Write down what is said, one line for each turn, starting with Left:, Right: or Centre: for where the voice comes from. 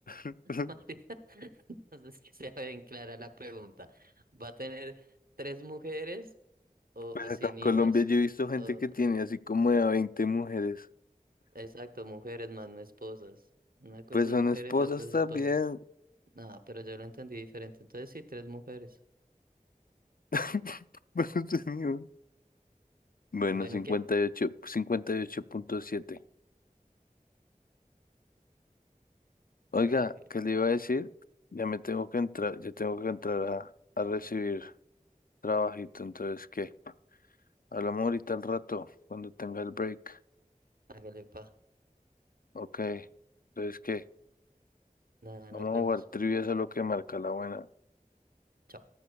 Left: <laughs>
Right: María, <laughs> entonces que sea bien clara la pregunta. ¿Va a tener tres mujeres? O
Left: Acá
Right: sin
Left: en Colombia
Right: hijos,
Left: yo he visto gente
Right: o
Left: que tiene así como de a 20 mujeres.
Right: exacto, mujeres más no esposas. Una cosa
Left: Pues son
Right: es mujeres
Left: esposas
Right: y otra es
Left: también.
Right: esposas. No, pero yo lo entendí diferente. Entonces sí, tres mujeres.
Left: <laughs> Pero tenía- Bueno,
Right: Bueno,
Left: 58,
Right: ¿qué?
Left: 58.7. Oiga,
Right: Ok,
Left: ¿qué le iba a decir? Ya me tengo que entrar, ya tengo que entrar a, a recibir trabajito. Entonces, ¿qué? Hablamos ahorita al rato, cuando tenga el break.
Right: hágale pa.
Left: Ok. Entonces, ¿qué?
Right: Nada,
Left: Vamos
Right: nos
Left: a
Right: vemos.
Left: jugar trivias a lo que marca la buena.
Right: Chao.